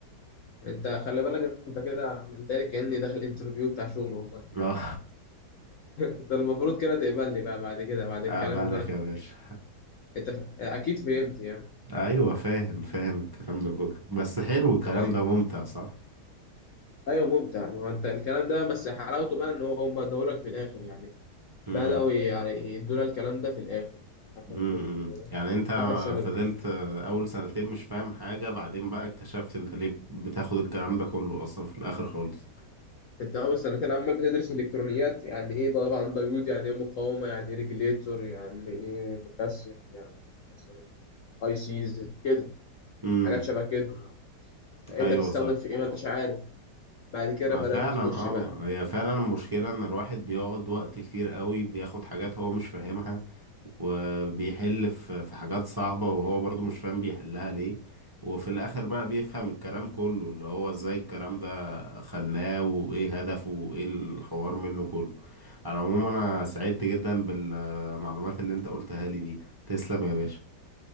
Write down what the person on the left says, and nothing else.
انت خلي بالك انت كده منتهي كاني داخل انترفيو بتاع شغل والله <laughs>
انت المفروض كده تقبلني بقى بعد كده بعد
الكلام
اللي انا شرحته
انت ف... اكيد فهمت يعني
طيب
ايوه ممتع ما هو انت الكلام ده بس حلاوته بقى ان هم ادولك في الاخر يعني
بدأوا يعني يدونا الكلام ده في الاخر اخر
ترم كده
اخر سنتين
انت اول سنتين عمال بتدرس الكترونيات يعني ايه طبعا ديود يعني ايه مقاومه يعني ايه ريجليتور يعني ايه مكثف يعني مثلا اي سيز كده
حاجات شبه كده انت
بتستخدم
في ايه ما انتش عارف بعد كده
بدات
تخش
بقى